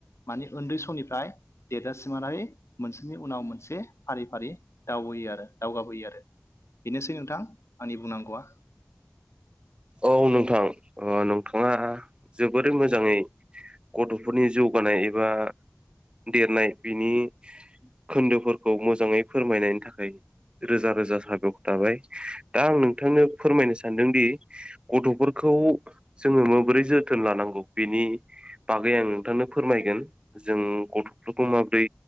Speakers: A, on the left; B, on the right.
A: मानि उन्दै समनिफ्राय देरजासिमनानै मोनसेनि उनाव मोनसे फारि फारि। दावबोयो दावगाबोयो आरो बेनोसै नोंथां बुंनांगौआ।
B: औ नोंथां नोंथाङा। जोबोरै मोजाङै गथ'फोरनि जौगानाय एबा। देरनाय बिनि खोन्दोफोरखौ मोजाङै फोरमायनायनि थाखाय। रोजा रोजा साबायखर थाबाय दा आं नोंथांनो फोरमायनो सानदोंदि। गथ'फोरखौ जोङो माबोरै जोथोन लानांगौ बेनि। बागै आं नोंथांनो फोरमायगोन जों गथ'फोरखौ माबोरै